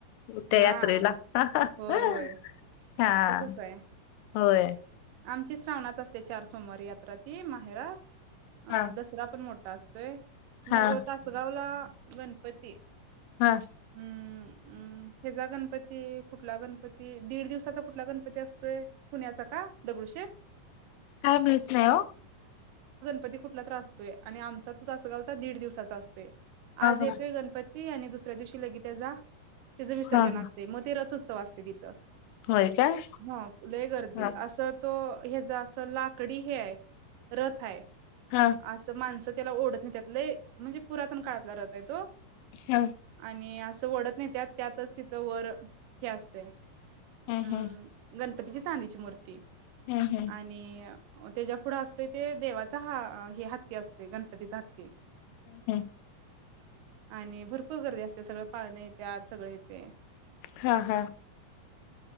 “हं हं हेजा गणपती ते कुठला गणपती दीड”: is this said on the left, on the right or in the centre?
Right